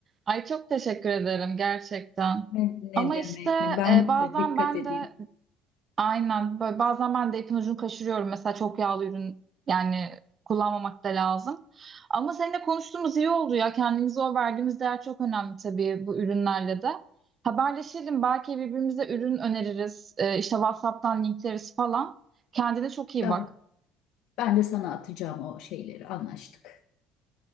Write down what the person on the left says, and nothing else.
Ne, ne
demek
ne? Ben
de dikkat
edeyim.
Tamam.
Ben de sana atacağım o şeyleri. Anlaştık.